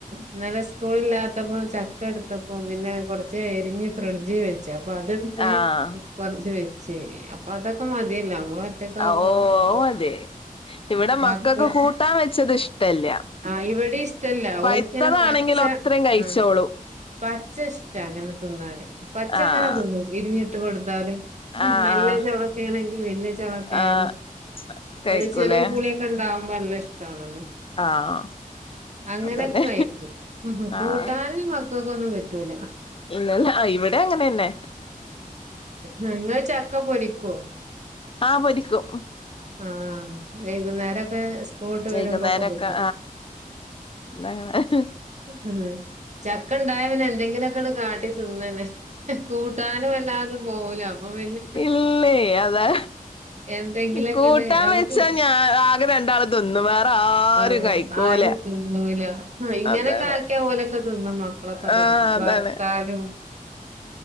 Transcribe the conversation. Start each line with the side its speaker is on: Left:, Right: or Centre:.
Right: ഇന്നലെ സ്കൂളില്ലാത്തപ്പോ ചക്ക എടുത്തപ്പോ പിന്നെ കൊറച്ച് എരിഞ്ഞ് ഫ്രിഡ്ജ് വെ ച്ച് അപ്പൊ അതെടുത്ത്
Left: ആഹ്
Right: കുറച്ച് വെച്ച് അപ്പൊ അതൊക്കെ മതിയല്ലോ നമ്മള് ഒറ്റക്കാവുമ്പം
Left: ഓ അതെ ഇവിടെ
Right: മക്കൾ
Left: മക്കൾക്ക് കൂട്ടാൻ വെച്ചത് ഇഷ്ടല്ല
Right: ആ ഇവടിം ഇഷ്ടല്ല.
Left: പഴുത്തതാണെങ്കിലോ
Right: ഓല്ക്ക് ഇങ്ങനെ പച്ച
Left: അത്രയും കഴിച്ചോളും
Right: ആ പച്ച ഇഷ് ടാ അങ്ങനെ തിന്നാന്. പച്ച
Left: ആഹ്
Right: അങ്ങനെ തിന്നും. എരുഞ്ഞിട്ട് കൊടുത്താല്
Left: ആഹ്
Right: നല്ല ചോള ആണെങ്കി വലിയ ചോളൊക്കെ
Left: ആഹ്
Right: ആയാല്
Left: കഴിക്കൂലേ
Right: ഒരു ചെറിയ പുളിയൊക്കെ ഉണ്ടാവുമ്പോ നല്ല ഇഷ്ടാണല്ലോ
Left: ആഹ്
Right: അങ്ങനൊക്കെ
Left: അതന്നെ
Right: കഴിക്കും ഉം ഉം
Left: ആഹ്
Right: കൂട്ടാന്. ഇവക്കൊന്നും പറ്റൂല.
Left: ഇന്നല്ല ഇവിടെ അങ്ങനെന്നെ
Right: നിങ്ങൾ ചക്ക പൊരിക്ക
Left: ആഹ് പൊരിക്കും
Right: ആഹ് വൈകുന്നേരൊക്കെ സ്കൂൾ വിട്ട്
Left: വൈകുന്നേരൊക്കെ
Right: വരുമ്പോക്കെ
Left: ആഹ്
Right: <unintelligible> ചക്ക ഇണ്ടായാ പിന്നെ എന്തെങ്കിലൊക്കെ ഇട് കാട്ടി തിന്നെനെ കൂട്ടാനും വല്ലാതും പോവൂല അപ്പൊ പിന്നെ
Left: ഇല്ലേ അതാ
Right: എന്തെങ്കിലൊക്കെണ്ട്
Left: കൂട്ടാൻ
Right: നമുക്ക്
Left: വെച്ചാ ഞാ ആകെ രണ്ടാള് തിന്നും വേറാരും
Right: ആഹ്
Left: കഴിക്കൂല.
Right: ആരും തിന്നൂല. ആഹ് ഇങ്ങനൊക്കെ
Left: അതാണ്
Right: ആക്കിയാ ഓലൊക്കെ തിന്നും മക്കളൊക്കെ
Left: ആഹ്
Right: തിന്നും
Left: അതാണ്
Right: വർത്താലും